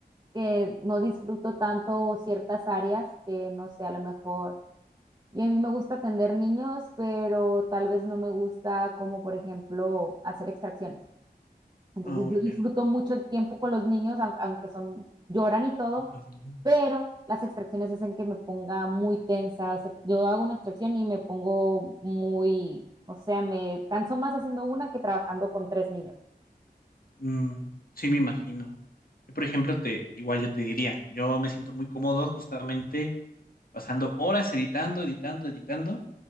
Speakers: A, on the right; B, on the left.
A: que no disfruto tanto ciertas áreas que no sé, a lo mejor. Y a mí me gusta atender niños, pero tal vez no me gusta como, por ejemplo, hacer extracciones. Entonces
B: no,
A: yo
B: ya,
A: disfruto mucho el tiempo con los niños, aun- aunque son, lloran y todo,
B: entonces, no.
A: pero las extracciones hacen que me ponga muy tensa. O sea, yo hago una extracción y me pongo muy, o sea, me canso más haciendo una que trabajando con tres niños.
B: Mm, sí, me imagino. Yo, Por ejemplo, te, igual yo te diría, yo me siento muy cómodo justamente pasando horas editando, editando, editando,